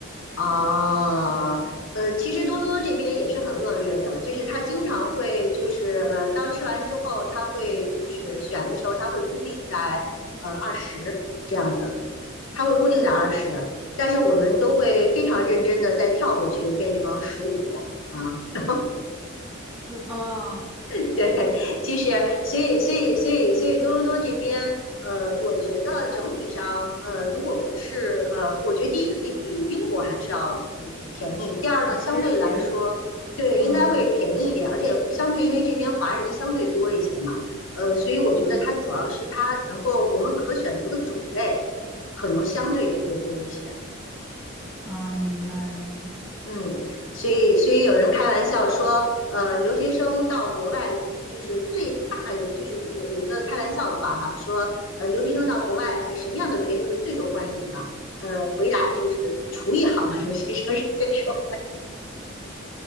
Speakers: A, on the left; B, in the centre.
A: 啊呃，其实多伦多这边也是很恶劣的，就是他经常会就是呃，当吃完之后，他会就是选的时候，他会固定在呃二十这样子，他会固定在二十，但是我们都会非常认真的再跳过去变成十五啊。
B: 啊，
A: <laughs> 对，其实所以所以所以所以多伦多这边，呃，我觉得整体上，呃，如果不是呃，我觉得第一肯定比英国还是要嗯便宜，第二呢，
B: 好吃一点，
A: 相对来说，对，
B: 啊，
A: 应该会便宜一点，而且相对因为这边华人相对多一些嘛，呃，所以我觉得它主要是它能够我们可选择的种类
B: 嗯，
A: 可能相对也会多一些。
B: 啊，明白了，
A: 嗯，所以所以有人开玩笑说，呃，留学生到国外就是最大的，就是有有一个开玩笑的话哈，说呃，留学生到国外，呃什么样的留学生是最受欢迎的？呃，回答就是厨艺好的留学生是最受欢